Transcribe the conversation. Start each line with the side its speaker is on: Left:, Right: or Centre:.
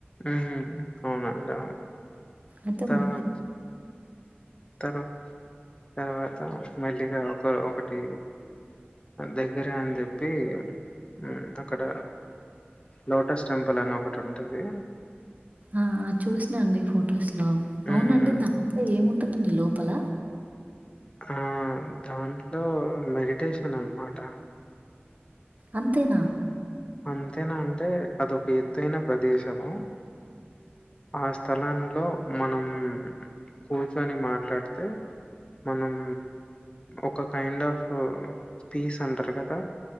Left: ఉహు అవునండి అవును
Right: అద్దము
Left: తర్వాత తర్వా తర్వాత మెల్లిగా ఒక ఒకటి దగ్గర అని చెప్పి ఉ అక్కడ లోటస్ టెంపుల్ అని ఒకటి ఉంటది
Right: ఆ ఆ చూసినండి ఫొటోస్ లో అవునండి
Left: ఉమ్
Right: దాంట్లో ఏముంటదండి లోపల
Left: ఆ దాంట్లో మెడిటేషన్ అనమాట
Right: అంతేనా
Left: అంతేనా అంటే అదొక ఎతైనా ప్రదేశము ఆ స్థలాంలో మనం కూర్చొని మాట్లాడితే మనం ఒక కైండ్ ఆఫ్ పీస్ అంటారు కదా